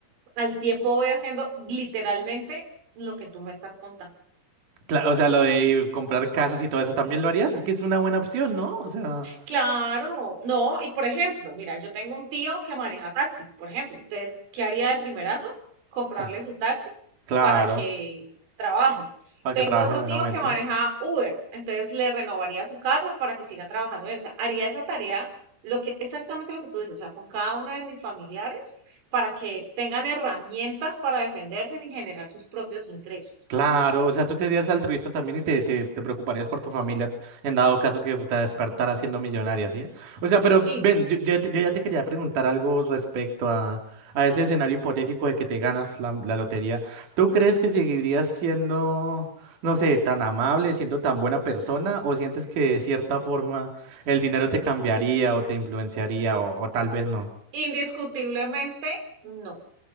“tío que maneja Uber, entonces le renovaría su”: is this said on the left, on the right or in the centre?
Right